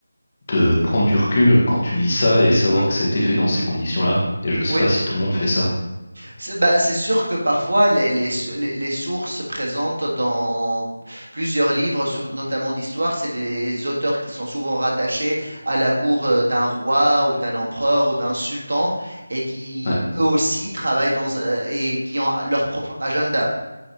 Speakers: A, on the left; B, on the right.
A: de prendre du recul quand tu lis ça et savoir
B: mmh,
A: que ça a été fait dans ces conditions-là. Et je sais
B: oui.
A: pas si tout le monde fait ça.
B: C'est bah, c'est sûr que parfois les, les, s- les- les sources présentes dans plusieurs livres, sur- notamment d'histoire, c'est des auteurs qui sont souvent rattachés à la cour euh, d'un roi ou d'un empereur ou d'un sultan et qui
A: Ouais,
B: eux aussi travaillent dans, un- et qui ont leur propre agenda.